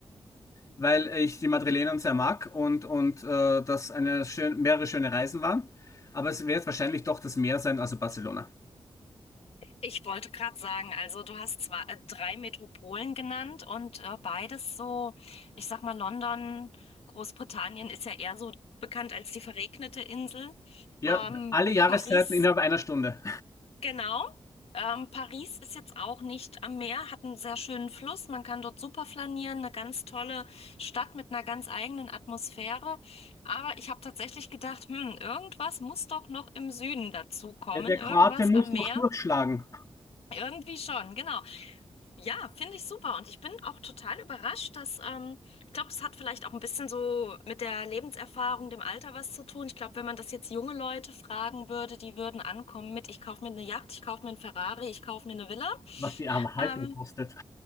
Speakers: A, on the left (about 35°); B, on the left (about 80°).
A: weil ich die Madrilener sehr mag und, und äh, das eine schön, mehrere schöne Reisen waren. Aber es wird wahrscheinlich doch das Meer sein, also Barcelona.
B: Ich wollte gerade sagen, also du hast zwar äh, drei Metropolen genannt und äh, beides so, ich sag mal, London, Großbritannien ist ja eher so bekannt als die verregnete Insel.
A: Ja,
B: Ähm,
A: alle Jahreszeiten
B: Paris
A: innerhalb einer Stunde.
B: Genau. Ähm, Paris ist jetzt auch nicht am Meer, hat einen sehr schönen Fluss. Man kann dort super flanieren, eine ganz tolle Stadt mit einer ganz eigenen Atmosphäre. Aber ich habe tatsächlich gedacht, hm, irgendwas muss doch noch im Süden dazu kommen,
A: Ja, der
B: irgendwas
A: Kroate muss
B: am
A: doch
B: Meer.
A: durchschlagen,
B: Irgendwie schon, genau. Ja, finde ich super. Und ich bin auch total überrascht, dass, ähm, ich glaube, das hat vielleicht auch ein bisschen so mit der Lebenserfahrung, dem Alter was zu tun. Ich glaube, wenn man das jetzt junge Leute fragen würde, die würden ankommen mit, ich kaufe mir eine Yacht, ich kaufe mir einen Ferrari, ich kaufe mir eine Villa.
A: was die Erhaltung
B: Ähm,
A: kostet.